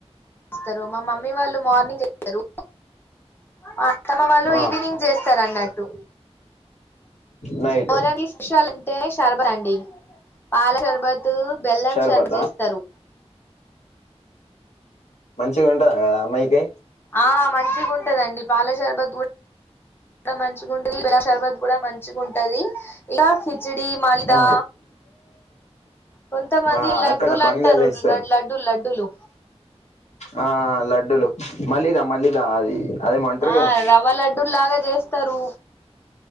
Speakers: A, on the left; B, on the left.
A: చేస్తారు మా మమ్మీ వాళ్ళు మార్నింగ్ చేస్తారు మా అత్తమ్మ వాళ్ళు వాళ్ళు
B: ఆ
A: ఈవినింగ్ చేస్తారు అన్నట్టు
B: నైట్
A: మొహరం కీ స్పెషల్ అంటే షర్బత్ అండి పాల షర్బత్ బెల్లం
B: షర్బతా
A: షర్బత్ చేస్తారు
B: మంచిగా ఉంటాద ఆ అమ్మాయికి
A: ఆ మంచిగా ఉంటదండి పాలశర్బత్ కూడా మంచిగా ఉంటది నీలా శర్బత్ కూడా మంచిగా ఉంటది ఇక కిచీడి మాలీదా
B: ఆ
A: కొంతమంది
B: ఆ
A: లడ్డూలు
B: అక్కడ బంగ్లాలో
A: అంటారు
B: ఇస్తారు
A: లడ్డూల్ లడ్డూలు
B: ఆ లడ్డూలు మళ్ళీదా మళ్ళీదా అది అదేమంటారు
A: ఆ
B: కదా
A: రవ్వ లడ్డూ లాగా చేస్తారు